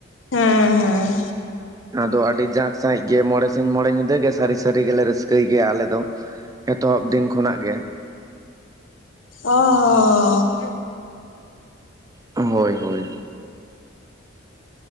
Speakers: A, on the left; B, on the right.
A: ᱦᱮᱸ ᱦᱮᱸ
B: ᱚᱱᱟᱫᱚ ᱟᱹᱰᱤ ᱡᱟᱸᱠ ᱥᱟᱺᱦᱤᱡ ᱜᱮ ᱢᱚᱬᱮ ᱥᱤᱧ ᱢᱚᱬᱮ ᱧᱤᱫᱟᱹ ᱜᱮ ᱥᱟᱹᱨᱤ ᱥᱟᱹᱨᱤ ᱜᱮᱞᱮ ᱨᱟᱹᱥᱠᱟᱹᱭ ᱜᱮᱭᱟ ᱟᱞᱮ ᱫᱚ᱾ ᱮᱛᱚᱦᱚᱵ ᱫᱤᱱ ᱠᱷᱚᱱᱟᱜ ᱜᱮ᱾
A: ᱚᱻ
B: ᱦᱳᱭ ᱦᱳᱭ᱾